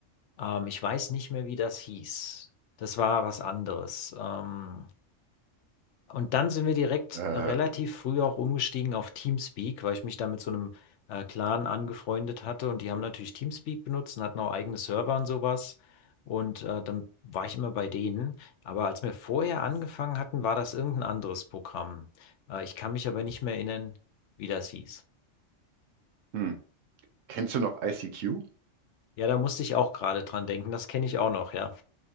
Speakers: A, on the left; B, on the right.
A: Ähm, ich weiß nicht mehr, wie das hieß. Das war was anderes. Ähm, Und dann sind wir direkt
B: Äh,
A: äh, relativ früh auch umgestiegen auf Teamspeak, weil ich mich da mit so einem äh, Clan angefreundet hatte und die haben natürlich Teamspeak benutzt und hatten auch eigene Server und sowas. Und äh, dann war ich immer bei denen. Aber als wir vorher angefangen hatten, war das irgendein anderes Programm. Äh, ich kann mich aber nicht mehr erinnern, wie das hieß.
B: hm. Kennst du noch ICQ?
A: Ja, da musste ich auch gerade dran denken. Das kenne ich auch noch, ja.